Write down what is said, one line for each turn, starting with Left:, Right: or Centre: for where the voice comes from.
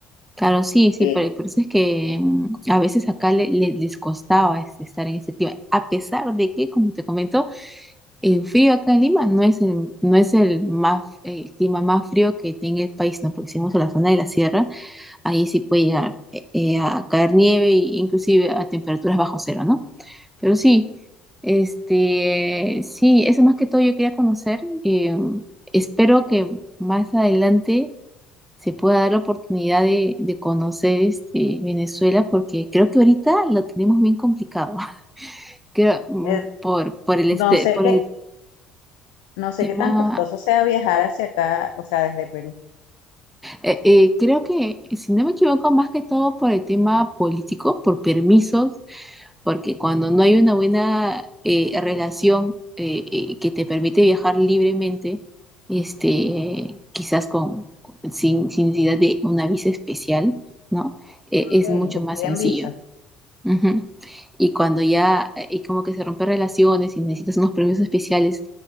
Centre: Claro, sí, sí,
Left: Y,
Centre: pero por eso es que mm, a veces acá le- le- les costaba es- estar en ese clima, a pesar de que, como te comento, el frío acá en Lima no es el, no es el más, el clima más frío que tiene el país, ¿no? Porque si vamos a la zona de la sierra, ahí sí puede llegar eh, eh, a caer nieve e inclusive a temperaturas bajo cero, ¿no? Pero sí, este, sí, eso más que todo yo quería conocer. eh, espero que más adelante se pueda dar la oportunidad de, de conocer este, Venezuela, porque creo que ahorita lo tenemos bien complicado. <laughs> Creo, mm,
Left: eh,
Centre: por, por el,
Left: no
Centre: este,
Left: sé
Centre: por
Left: qué,
Centre: el
Left: No sé
Centre: tema
Left: qué tan costoso sea viajar hacia acá, o sea, desde Perú.
Centre: Eh, eh, creo que, si no me equivoco, más que todo por el tema político, por permisos, porque cuando no hay una buena eh, relación eh, eh, que te permite viajar libremente, este, eh, quizás con, con- sin, sin necesidad de una visa especial, ¿no? Eh, es
Left: Ok,
Centre: mucho
Left: yo
Centre: más
Left: estoy
Centre: sencillo.
Left: en visa.
Centre: Ujú. Y cuando ya, eh, y como que se rompen relaciones y necesitas unos premios especiales,